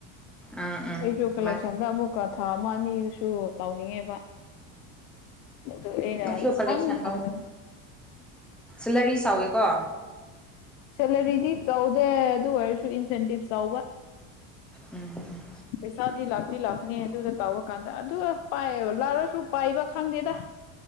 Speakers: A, in the centre; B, on the left (about 70°).
A: ꯎꯝ ꯎꯝ
B: ꯑꯩꯁꯨ ꯀꯂꯦꯛꯁꯟꯗ
A: ꯃꯥꯅꯦ
B: ꯑꯃꯨꯛꯀꯥ ꯊꯥ ꯑꯃ ꯑꯅꯤꯗꯨꯁꯨ ꯇꯩꯅꯤꯡꯉꯦꯕ ꯑꯗꯨ ꯑꯩꯅ
A: ꯑꯩꯁꯨ
B: ꯁꯨꯛꯐꯪ
A: ꯀꯂꯦꯛꯁꯟ
B: ꯐꯪꯗꯕ
A: <unintelligible> ꯀꯣ
B: ꯁꯦꯂꯔꯤꯗꯤ ꯆꯥꯎꯗꯦ ꯑꯗꯨ ꯑꯣꯏꯔꯁꯨ ꯏꯟꯁꯦꯟꯇꯤꯞ ꯆꯥꯎꯕ
A: ꯎꯝ
B: ꯄꯩꯁꯥꯗꯤ ꯂꯥꯛꯇꯤ ꯂꯥꯛꯄꯅꯤ ꯑꯗꯨꯗ ꯇꯥꯎꯕ ꯀꯥꯟꯗ ꯑꯗꯨꯒ ꯄꯥꯏ ꯂꯥꯛꯔꯁꯨ ꯄꯥꯏꯕ ꯈꯪꯗꯦꯗ